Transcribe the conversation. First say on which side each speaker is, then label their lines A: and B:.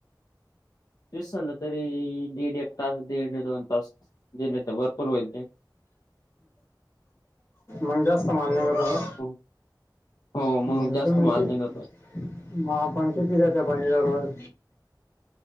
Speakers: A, on the left; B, on the left.
A: तस झालं तरी दीड एक तास, दीड दोन तास गेले तर भरपूर होईल
B: मग जास्त माल्य का तुला
A: हो, हो,
B: <unintelligible>
A: मग जास्त माल निघतो.
B: म आपण किती द्यायचं पाणी दररोज